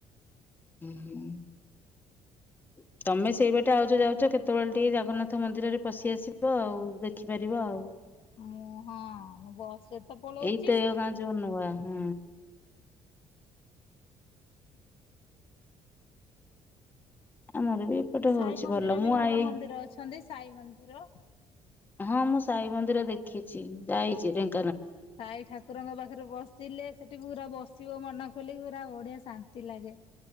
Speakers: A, on the left; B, on the left.
A: ହୁଁଁ ତମେ ସେଇ ବାଟେ ଆଉଚ ଯାଉଛ କେତେବେଳେ ଟିକେ ଜଗନ୍ନାଥ ମନ୍ଦିରରେ ପଶି ଆସିବ ଆଉ। ଦେଖିପାରିବ ଆଉ।
B: ମୁଁ ହଁ ମୁଁ ବସରେ ତ ପଳଉଚି
A: ଏଇତ ଏ ଗାଁ ଯୋଉ ନୂଆ ହୁଁ। ଆମର ବି ଏପଟେ
B: ସାଇ
A: ହଉଛି
B: ମନ୍ଦିର
A: ମୁଁ
B: ବି ଭଲ
A: ଆଇ
B: ମନ୍ଦିର ଅଛନ୍ତି ସାଇ ମନ୍ଦିର।
A: ହଁ ମୁଁ ସାଇ ମନ୍ଦିର ଦେଖିଛି ଯାଇଛି ଢେଙ୍କ
B: ସାହି ଠାକୁରଙ୍କ ପାଖରେ ବସିଲେ ସେଠି ପୁରା ବସିବ ମନ ଖୋଲି ପୁରା ବଢିଆ ଶାନ୍ତି ଲାଗେ।